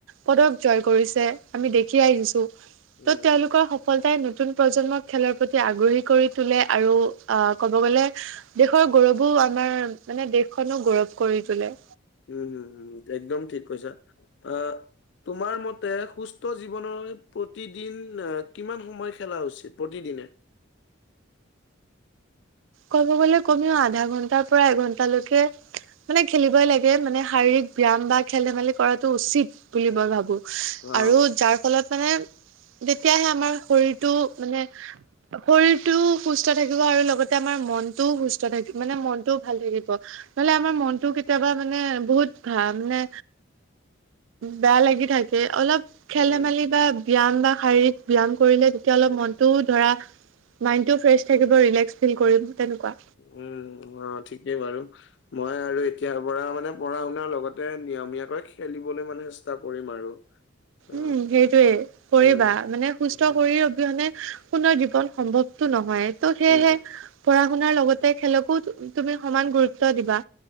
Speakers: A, on the right; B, on the left.
A: পদক জয় কৰিছে আমি দেখি আহিছো
B: উম
A: ত' তেওঁলোকৰ সফলতাই নতুন প্ৰজন্মক খেলৰ প্ৰতি আগ্ৰহী কৰি তোলে আৰু আহ ক'ব গলে দেশৰ গৌৰৱো আমাৰ মানে দেশখনো গৌৰৱ কৰি তোলে।
B: উম হম হ একদম ঠিক কৈছা অ তোমাৰ মতে সুস্থ জীৱন প্ৰতিদিন আহ কিমান সময় খেলা উচিত প্ৰতিদিনে?
A: ক'ব গ'লে কমিও আধা ঘন্টাৰ পৰা এঘন্ট লৈকে, মানে খেলিবই লাগে মানে শাৰীৰিক ব্যায়াম বা খেল ধেমালি কৰাটো উচিত বুলি মই ভাবোঁ।
B: অ
A: আৰু যাৰ ফলত মানে তেতিয়াহে আমাৰ শৰীৰটো মানে শৰীৰটোও সুস্থ থাকিব আৰু লগতে আমাৰ মনতও সুস্থ থাকিব মানে মনটোও ভাল থাকিব। নহলে আমাৰ মনটো কেতিয়াবা মানে বহুত ভাল মানে, বেয়া লাগি থাকে অলপ খেল
B: উম
A: ধেমালি বা ব্যায়াম বা শাৰীৰিক ব্যায়াম কৰিলে তেতিয়া অলপ মনটো ধৰা মাইনটো ফ্ৰেছ থাকিব ৰিলেক্স। ফিৰ কৰিম তেনেকুৱা।
B: উম অ ঠিকেই বাৰু মই আৰু এতিয়াৰ পৰা মানে পঢ়া শুনাৰ লগতে নিয়মীয়াকৈ খেলিবলৈ মানে চেষ্টা কৰিম আৰু। অ
A: উম সেইটোয়ে কৰিবা
B: উম
A: মানে সুস্থ
B: উম
A: কৰি মানে সুনৰ জীৱন সম্ভৱতটো নহয় ত' সেয়েহে
B: উম
A: পঢ়া পঢ়া শুনাৰ লগতে খেলকো তুমি সমান গুৰুত্ব দিবা।